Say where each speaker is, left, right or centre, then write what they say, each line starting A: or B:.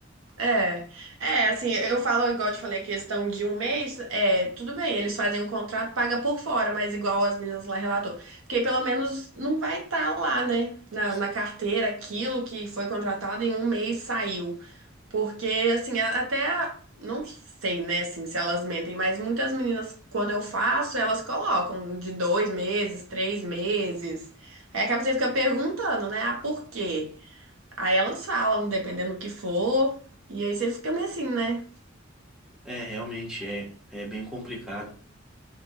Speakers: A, on the right; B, in the centre.
A: É, é, assim, eu falo, igual eu te falei, a questão de um mês, é, tudo bem, eles fazem um contrato, paga por fora, mas igual as meninas lá relatou, porque pelo menos não vai estar lá, né, na,
B: Sim.
A: na carteira, aquilo que foi contratado em um mês saiu, porque, assim, a- até, não sei, né, assim, se elas mentem, mas muitas meninas, quando eu faço, elas colocam de dois meses, três meses, aí acaba que você fica perguntando, né, ah, por quê? Aí elas falam, dependendo do que for. E aí você fica meio assim, né?
B: É, realmente é, é bem complicado.